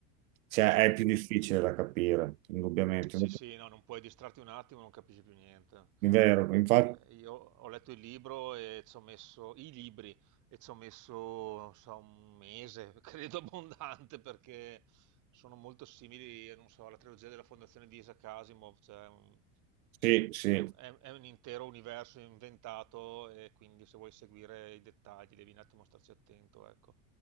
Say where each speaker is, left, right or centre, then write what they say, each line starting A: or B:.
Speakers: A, on the right; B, on the right.
A: cioè è più
B: Eh,
A: difficile da capire, indubbiamente.
B: Sì, sì, no, non puoi distrarti un attimo, non capisci più niente.
A: È vero, infatti,
B: Eh, io ho letto il libro e ci ho messo i libri e ci ho messo, non so, un mese, <laughs> credo abbondante, perché sono molto simili, eh, non so, alla trilogia della Fondazione di Isaac Asimov, cioè un-
A: sì, sì.
B: è un, è un- è un intero universo inventato e quindi se vuoi seguire i dettagli devi un attimo starci attento, ecco.